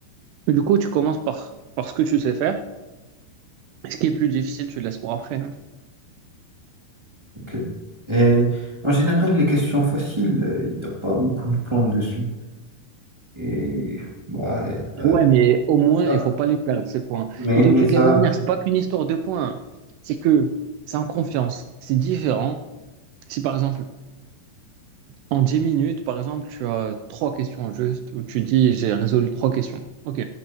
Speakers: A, on the right (about 85°); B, on the right (about 20°).
A: Du coup, tu commences par, par ce que tu sais faire. Ce qui est plus difficile, tu le laisses pour après. hein.
B: Ok. Et en général, les questions faciles, il n'y a pas beaucoup de points dessus. Et bah, euh,
A: Ouais, mais au moins,
B: ça,
A: il faut pas les perdre, ces points.
B: mais,
A: Et de
B: mais
A: toutes
B: ça.
A: les manières, c'est pas qu'une histoire de points. hein. C'est que c'est en confiance. C'est différent. Si par exemple, en 10 minutes, par exemple, tu as trois questions juste, où tu dis j'ai résolu trois questions. OK.